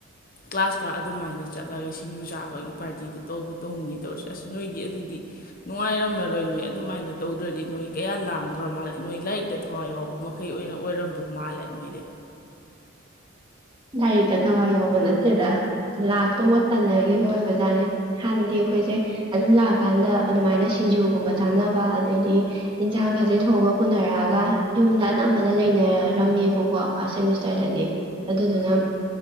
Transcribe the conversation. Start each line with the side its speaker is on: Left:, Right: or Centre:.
Left: ꯀ꯭ꯂꯥꯁꯀ ꯑꯗꯨꯃꯥꯏꯅ ꯆꯠꯂꯒ ꯁꯤꯡꯖꯨ ꯆꯥꯕꯒꯤ ꯄꯥꯔꯇꯤꯗꯨ ꯇꯧꯕ ꯇꯧꯅꯤꯡꯉꯤ ꯇꯧꯔꯁꯤ ꯑꯁ ꯅꯣꯏꯗꯤ ꯑꯗꯨꯗꯤ ꯅꯨꯡꯉꯥꯏꯔꯝꯃꯔꯣꯏ ꯅꯣꯏ ꯑꯗꯨꯃꯥꯏꯅ ꯇꯧꯗ꯭ꯔꯗꯤ ꯅꯣꯏ ꯀꯌꯥ ꯂꯥꯡꯈ꯭ꯔ ꯃꯥꯜꯂꯦ ꯅꯣꯏ ꯂꯥꯏꯔꯤꯛꯇ ꯊꯋꯥꯏ ꯌꯥꯎꯕ ꯃꯈꯩ ꯑꯣꯏꯅ ꯑꯣꯏꯔꯝꯕꯧ ꯃꯥꯜꯂꯦ ꯅꯣꯏꯗꯤ
Right: ꯂꯥꯏꯔꯤꯛꯇ ꯊꯋꯥꯏ ꯌꯥꯎꯕ ꯅꯠꯇꯦꯗ ꯂꯥꯛꯇꯧꯕ ꯇꯟꯅꯈꯤꯕ ꯑꯣꯏꯕ ꯖꯥꯠꯅꯤ ꯍꯥꯟꯅꯗꯤ ꯑꯩꯈꯣꯏꯁꯦ ꯑꯗꯨꯝ ꯂꯥꯛꯀꯥꯟꯗ ꯑꯗꯨꯃꯥꯏꯅ ꯁꯤꯡꯖꯨꯒꯨꯝꯕ ꯆꯥꯅꯕ ꯑꯗꯩꯗꯤ ꯏꯟꯁꯥꯡꯒꯁꯦ ꯊꯣꯡꯉ ꯄꯨꯅꯔꯛꯑꯒ ꯌꯨꯝꯗ ꯑꯅꯝꯕꯅ ꯂꯩꯅꯔꯝꯃꯦꯕꯀꯣ ꯐꯥꯔꯁ ꯁꯦꯃꯤꯁꯇꯔꯗꯗꯤ ꯑꯗꯨꯗꯨꯅ